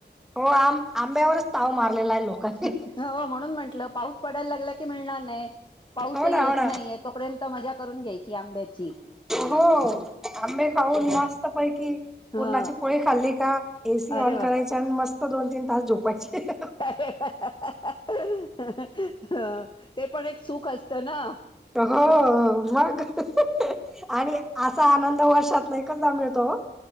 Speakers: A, in the centre; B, on the left.
A: हो आं आंब्यावरच... ताव मारलेला आहे लोकांनी
B: हो म्हणून म्हंटलं पाऊस पडायला लागला की मिळणार नाही पाऊसही
A: हो ना
B: येत
A: हो ना
B: नाही तोपर्यंत मजा करून घ्यायची याची <unintelligible>
A: हो आंबे खाऊन मस्त पैकी
B: ह
A: पुरणाची पोळी खाल्ली का एसी
B: अरे
A: ऑन
B: वा
A: करायची आणि मस्त दोन तीन तास झोपायचे हा
B: हहह हाह हह अ ते पण एक सुख असतं ना
A: हो मग हह हा आणि असा आनंद वर्षातन एकदाच मिळतो तो